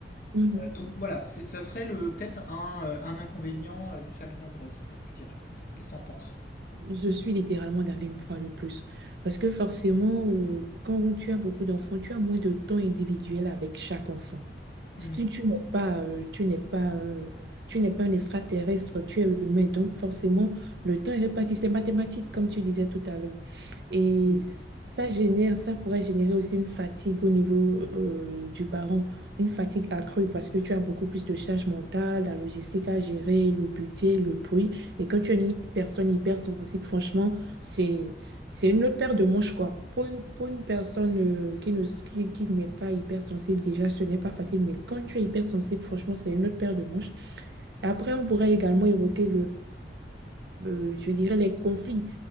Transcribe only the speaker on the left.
Donc voilà, c'est- ça serait le peut-être un, euh, un inconvénient euh, d'une famille nombreuse, je dirais. Qu'est-ce que t'en penses?
Hmm.